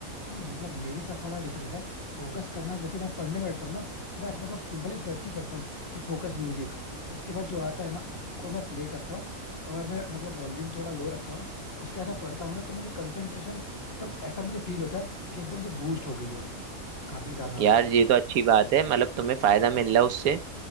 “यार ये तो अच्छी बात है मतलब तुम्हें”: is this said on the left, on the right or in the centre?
Right